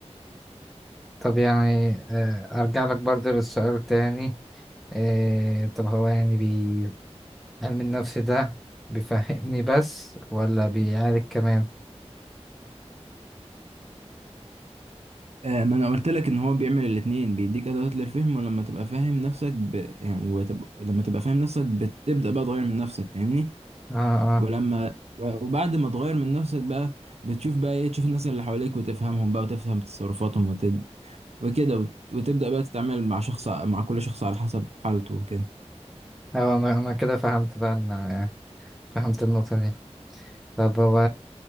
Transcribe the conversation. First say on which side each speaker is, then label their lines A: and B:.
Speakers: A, in the centre; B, on the right.
A: طب يعني آه ارجع لك برضه للسؤال تاني إيه طب هو يعني بي... علم النفس ده بيفهمني بس ولا بيعالج كمان
B: آه ما انا قلت لك ان هو بيعمل الاتنين بيديك ادوات للفهم ولما تبقى فاهم نفسك ب... يعني وتب... لما تبقى فاهم نفسك بتبدأ بقى تغير من نفسك فاهمني
A: اه اه
B: ولما وبعد ما تغير من نفسك بقى بتشوف بقى ايه تشوف الناس اللي حواليك وتفهمهم بقى وتفهم تصرفاتهم وكده وت- وتبدأ بقى تتعامل مع شخص مع كل شخص على حسب حالته وكده
A: اه انا انا كده فهمت بقى ان فهمت النقطة دي طب هو